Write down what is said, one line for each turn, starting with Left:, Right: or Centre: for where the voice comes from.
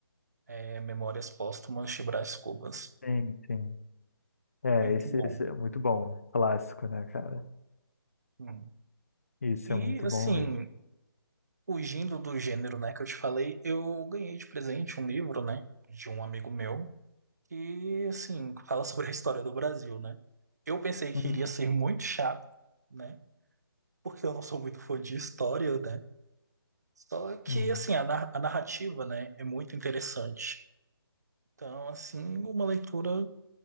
Right: é Memórias Póstumas de Brás Cubas.
Left: Sim, sim. É,
Right: Muito
Left: esse,
Right: bom.
Left: esse é muito bom. né? Clássico, né, cara?
Right: Hum.
Left: Isso
Right: E,
Left: é muito
Right: assim,
Left: bom mesmo.
Right: Fugindo do gênero, né, que eu te falei, eu ganhei de presente um livro, né, de um amigo meu, que, assim, fala sobre a história do Brasil, né. Eu pensei que
Left: Hum,
Right: iria ser muito chato, né, porque eu não sou muito fã de história, né. Só que,
Left: hum.
Right: assim, a, nar- a narrativa, né, é muito interessante. Então, assim, uma leitura